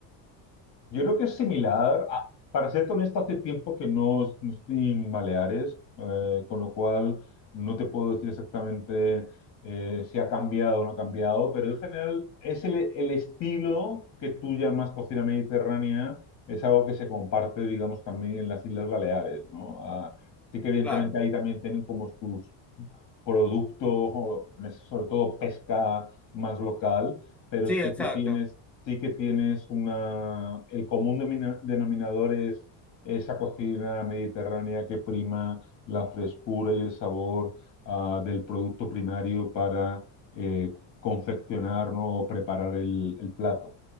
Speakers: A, on the left; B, in the centre.
A: Yo creo que es similar. a- para ser honesto, hace tiempo que no, no estoy en Baleares, eh, con lo cual no te puedo decir exactamente eh, si ha cambiado o no ha cambiado, pero en general es el, el estilo que tú llamas cocina mediterránea, es algo que se comparte, digamos, también en las Islas Baleares, ¿no? Ah, sí que evidentemente
B: claro.
A: ahí también tienen como sus producto, o en ese- sobre todo pesca más local, pero
B: Sí,
A: sí
B: exacto.
A: que tienes, sí que tienes una, el común domina- denominador es esa cocina mediterránea que prima la frescura y el sabor ah, del producto primario para eh, confeccionar ¿no? o preparar el el plato.